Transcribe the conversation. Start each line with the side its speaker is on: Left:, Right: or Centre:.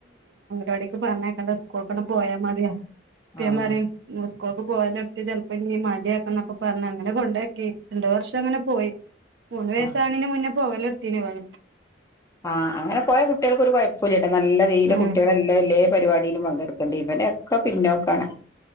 Right: അവിടേക്ക് പറഞ്ഞയക്കണ്ട സ്കൂൾക്ക് പോയാൽ മതി പിന്നെ
Left: ആഹ്
Right: പറ സ്കൂൾക്ക് പോയത്- ഇപ്പോൾ ഇങ്ങനെ മടിയണെന്നൊക്കെ പറഞ്ഞ് അങ്ങനെ കൊണ്ടാക്കി- രണ്ടുവർഷം അങ്ങനെ പോയി മൂന്ന് വയസ്സ്ആക്നേന്റെ
Left: ആഹ്
Right: മുൻപ് പോവല് തൊട്ത്തിനീ ഇവൻ
Left: ആ അങ്ങനെ പോയാ കുട്ടികൾക്കൊ ഒരു കുഴപ്പമില്ലേട്ട നല്ല <unintelligible>
Right: ആഹ്
Left: കുട്ടികളെല്ലാംല്ലേ പരിപാടിയിലും പങ്കെടുക്കണ്ട, ഇവനൊക്കെ പിന്നോക്കാണ്